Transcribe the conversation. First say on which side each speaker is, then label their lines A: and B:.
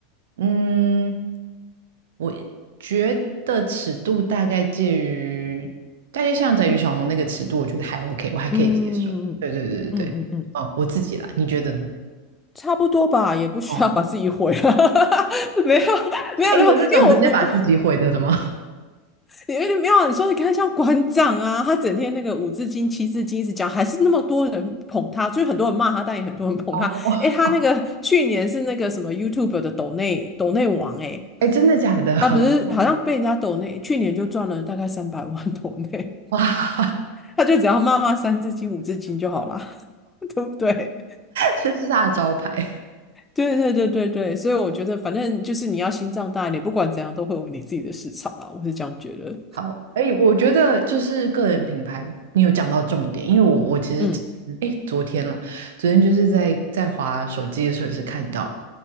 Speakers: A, on the right; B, on the left.
A: 嗯，我觉得尺度大概介于大概像在于小红那个尺度，我觉得还 OK，我还可以接受。
B: 嗯
A: 对对对对对，
B: 嗯嗯嗯，
A: 哦，我自己啦，你觉得呢？
B: 差不多吧，也不需要把自己毁了。
A: 哦，
B: <laughs> 没有没有没有，
A: 哎，有那种直接把自己毁的的吗？
B: 因为我我我有点没有啊，你说你看像馆长啊，他整天那个五字经七字经一直讲，还是那么多人捧他，就是很多人骂他，但也很多人捧他。
A: 哦，
B: 诶，他那个去年是那个什么 YouTube 的抖内抖内王诶，
A: 哎，真的假的？
B: 他不是好像被人家抖内，
A: <laughs>
B: 去年就赚了大概三百万 <laughs> 抖内，
A: 哇，
B: 他就只要骂骂三字经五字经就好啦，<laughs> 对不对？
A: 这是他的招牌。
B: 对对对对对，所以我觉得反正就是你要心脏大一点，不管怎样都会有你自己的市场啦，我是这样觉得。
A: 好，哎，我觉得就是个人品牌，你有讲到重点，因为我我其实，
B: 嗯
A: 哎，昨天了，昨天就是在在滑手机的时候也是看到